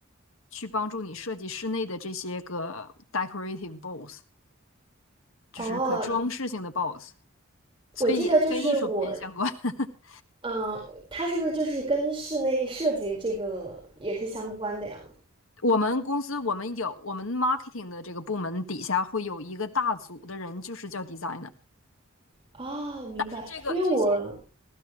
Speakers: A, on the left; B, on the right.
A: 去帮助你设计室内的这些个 decorative b o l l s 就是可装饰性的
B: 哦，
A: b o l l s 所以也跟艺术片相关。
B: 我记得就是我，
A: <laughs>
B: 嗯，它是不是就是跟室内设计这个也是相关的呀？
A: 我们公司我们有我们 marketing 的这个部门底下会有一个大组的人，就是叫 designer，
B: 哦，明白，
A: 是这个这些
B: 因为我